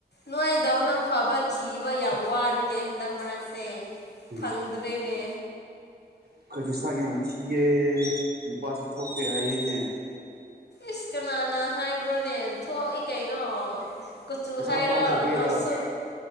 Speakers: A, on the left (about 75°); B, on the right (about 65°).
A: ꯅꯥꯏꯗꯧꯅ ꯐꯕ ꯊꯤꯕ ꯌꯥꯝ ꯋꯥꯅꯦ ꯍꯟꯗꯛ ꯃꯔꯛꯁꯦ
B: ꯎꯝ
A: ꯐꯪꯗ꯭ꯔꯦꯅꯦ
B: ꯑꯩꯈ‌ꯣꯏꯗꯤ ꯁꯛ ꯌꯥꯝ ꯊꯤꯑ ꯅꯨꯄꯥꯁꯨ ꯊꯣꯛꯇ‌ꯦ ꯍꯥꯏꯌꯦꯅꯦ
A: ꯏꯁ ꯀꯅꯥꯅ ꯍꯥꯏꯕ꯭ꯔꯣꯅꯦ ꯊꯣꯛꯏ ꯀꯩꯅꯣ ꯀꯨꯆꯨ
B: ꯄꯩꯁꯥ
A: ꯍꯥꯏꯔꯣ
B: ꯄꯥꯏꯗꯕꯒꯤꯔ
A: ꯉꯧꯁꯨꯛ